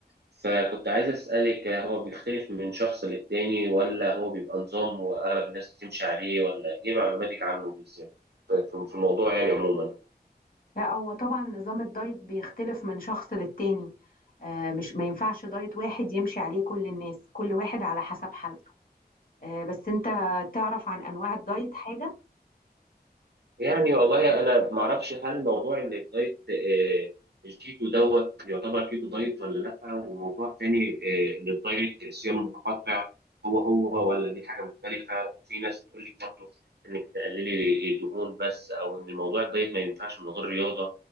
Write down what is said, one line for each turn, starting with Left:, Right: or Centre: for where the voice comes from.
Right: فكنت عايز اسالك هو بيختلف من شخص للتاني ولا هو بيبقى نظام واغلب الناس بتمشي عليه ولا ايه معلوماتك عنه بالذات في في الموضوع يعني عموما
Left: لا هو طبعا نظام الدايت بيختلف من شخص للتاني آه مش ما ينفعش دايت واحد يمشي عليه كل الناس كل واحد على حسب حالته آه بس انت تعرف عن انواع الدايت حاجة
Right: يعني والله انا ما اعرفش هل موضوع ان الدايت آه، الكيتو دوت يعتبر كيتو دايت ولا لا وموضوع تاني آه، ان الدايت صيام متقطع هو هو ولا دي حاجه مختلفه وفي ناس بتقول لك برضه انك تقللي دهون بس او ان موضوع الدايت ما ينفعش من غير رياضه